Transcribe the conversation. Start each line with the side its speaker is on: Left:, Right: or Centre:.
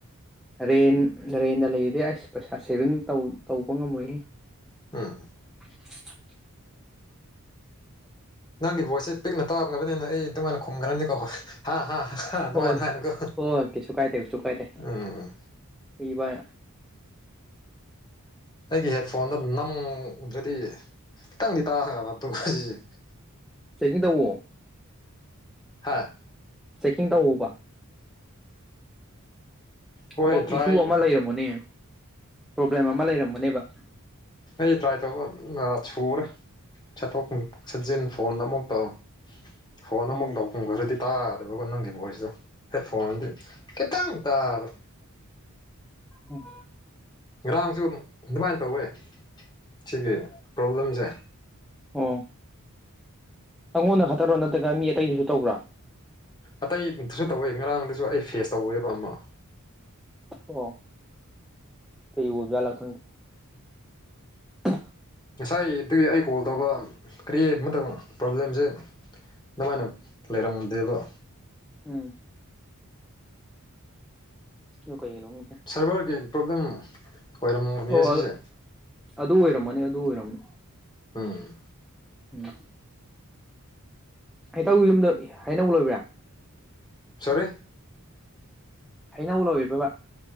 Centre: ꯔꯦꯟ ꯔꯦꯟꯗ ꯂꯩꯗꯤ ꯑꯁ ꯄꯩꯁꯥ ꯁꯦꯚꯤꯡꯧꯇꯩ ꯇꯧꯕ ꯉꯝꯃꯣꯏꯍꯦ
Left: ꯎꯝ
Centre: <unintelligible>
Left: ꯅꯪꯒꯤ ꯚꯣꯏꯁꯁꯦ ꯄꯤꯛꯅ ꯇꯥꯔꯝ꯭ꯔꯕꯅꯤꯅ ꯑꯩ ꯑꯗꯨꯃꯥꯏꯅ ꯈꯨꯝꯈ꯭ꯔꯅꯤꯀꯣ ꯍꯥ ꯅꯨꯡꯉꯥꯏ
Centre: ꯍꯣꯏ
Left: ꯅꯨꯡꯉꯥꯏꯅꯀꯣ
Centre: ꯍꯣꯏ ꯀꯩꯁꯨ ꯀꯥꯏꯗꯦ ꯀꯩꯁꯨ ꯀꯥꯏꯗꯦ
Left: ꯎꯝ
Centre: ꯏꯕ
Left: ꯑꯩꯒꯤ ꯍꯦꯠꯐꯣꯟꯗꯣ ꯅꯝꯗ꯭ꯔꯗꯤ ꯈꯤꯇꯪꯗꯤ ꯇꯥꯈ꯭ꯔꯕ ꯃꯇꯨꯡꯖꯤꯁꯦ
Centre: ꯆꯦꯛꯀꯤꯡ ꯇꯧꯑꯣ
Left: ꯍꯥꯥ
Centre: ꯆꯦꯛꯀꯤꯡ ꯇꯧꯑꯣꯕ
Left: ꯍꯣꯏ
Centre: ꯑꯃꯛ
Left: ꯇ꯭ꯔꯥꯏ
Centre: ꯏꯁꯨ ꯑꯃ ꯂꯩꯔꯝꯒꯅꯤ ꯄ꯭ꯔꯣꯕ꯭ꯂꯦꯝ ꯑꯃ ꯂꯩꯔꯝꯒꯅꯤꯕ
Left: ꯑꯩ ꯇ꯭ꯔꯥꯏ ꯇꯧꯕ ꯁꯨꯔꯦ ꯁꯠꯇꯣꯛ ꯁꯛꯖꯤꯟ ꯐꯣꯟꯗ ꯑꯃꯨꯛ ꯇꯧ ꯍꯣ ꯅ
Centre: ꯑꯣ
Left: ꯑꯃꯨꯛ ꯂꯄꯨꯡ ꯈꯔꯗꯤ ꯇꯥꯗꯕꯀꯣ ꯅꯪꯒꯤ ꯕꯣꯏꯁꯇꯣ ꯍꯦꯠ ꯐꯣꯟꯗꯤ ꯈꯤꯇꯪ ꯇꯥꯕ
Centre: ꯎꯝ
Left: ꯉꯔꯥꯡꯁꯨ ꯑꯗꯨꯃꯥꯏꯅ ꯇꯧꯋꯦ ꯁꯤꯒꯤ ꯄ꯭ꯔꯣꯕ꯭ꯂꯦꯝꯁꯦ
Centre: ꯎꯝ ꯑꯩꯉꯣꯟꯗ ꯈꯠꯇꯔꯣ ꯅꯠꯇ꯭ꯔꯒ ꯃꯤ ꯑꯇꯩꯗꯨꯁꯨ ꯇꯧꯕ꯭ꯔꯥ
Left: ꯑꯇꯩꯗꯨꯁꯨ ꯇꯧꯋꯦ ꯉꯔꯥꯡꯗꯁꯨ ꯑꯩ ꯐꯦꯁ ꯇꯧꯑꯦꯕ ꯑꯃ
Centre: ꯑꯣ ꯀꯩ ꯑꯣꯖ ꯂ ꯈꯪꯗꯦ <unintelligible>
Left: ꯉꯁꯥꯏ ꯑꯗꯨꯒꯤ ꯑꯩ ꯀꯣꯜ ꯇꯧꯕ ꯀꯔꯤ ꯃꯇꯝ ꯃꯇꯝꯅꯣ ꯄ꯭ꯔꯣꯕ꯭ꯂꯦꯝꯁꯦ ꯃꯥꯥꯏꯅ ꯂꯩꯔꯃꯗꯦꯕ
Centre: ꯎꯝ ꯑꯗꯨ ꯀꯩꯒꯤꯅꯣ ꯈꯪꯗꯦ
Left: ꯁꯔꯚꯔꯒꯤ ꯄ꯭ꯔꯣꯕ꯭ꯂꯦꯝ ꯑꯣꯏꯔꯝꯒꯅꯤ
Centre: ꯑꯣ
Left: ꯁꯤꯁꯦ
Centre: ꯑꯗꯨ ꯑꯣꯏꯔꯝꯃꯅꯤ ꯑꯗꯨ ꯑꯣꯏꯔꯝꯅꯤ
Left: ꯎꯝ
Centre: ꯎꯝ ꯑꯩꯇꯥꯎ ꯌꯨꯝꯗ ꯍꯩꯅꯧ ꯂꯣꯏꯕ꯭ꯔ
Left: ꯁꫭꯔꯤ
Centre: ꯍꯩꯅꯧ ꯂꫭꯏꯔꯤꯕ꯭ꯔꯕ